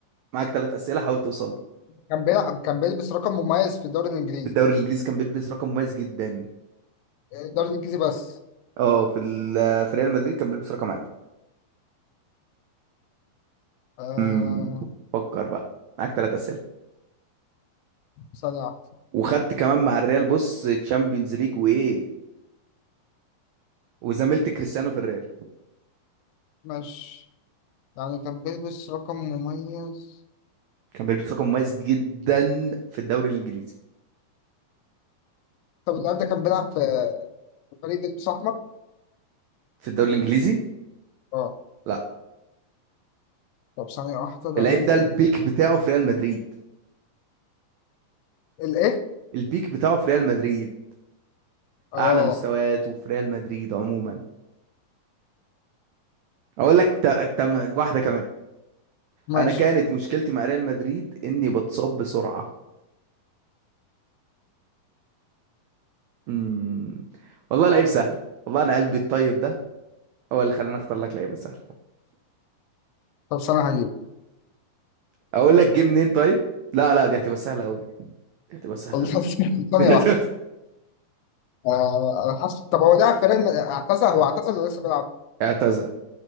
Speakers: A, on the right; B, on the left.
A: معاك ثلاث أسئلة حاول توصل له.
B: كان بيلعب كان بيلبس رقم مميز في الدوري الانجليزي
A: في الدوري الإنجليزي كان بيلبس رقم مميز جدا
B: الدوري الانجليزي بس
A: اه في ال- في ريال مدريد كان بيلبس رقم عادي
B: آه
A: امم فكر بقى معاك ثلاث اسئله
B: ثانية واحدة
A: وخدت كمان مع الريال بص تشامبيونز ليج وايه وزميلت كريستيانو في الريال
B: ماشي يعني كان بيلبس رقم مميز
A: كان بيلبس رقم مميز جدا في الدوري الانجليزي
B: طب اللاعب ده كان بيلعب في فريق لبس احمر
A: في الدوري الانجليزي
B: اه
A: لا
B: طب ثانية واحدة لعيب
A: اللعيب ده البيك بتاعه في ريال مدريد
B: الايه
A: البيك بتاعه في ريال مدريد
B: اه
A: اعلى مستوياته في ريال مدريد عموما اقول لك ت... ت... واحده كمان
B: ماشي
A: انا كانت مشكلتي مع ريال مدريد اني بتصاب بسرعه امم والله لعيب سهل والله انا قلبي الطيب ده هو اللي خلاني اختار لك لعيبه سهله
B: طب ثانية هجيب
A: اقول لك جه منين طيب لا لا دي هتبقى سهله قوي دي هتبقى سهله
B: <laughs>
A: قوي
B: ثانية
A: <laughs>
B: واحدة آه انا حاسس طب هو لعب في ريال مد- اعتزل هو اعتزل ولا لسه بيلعب
A: اعتذر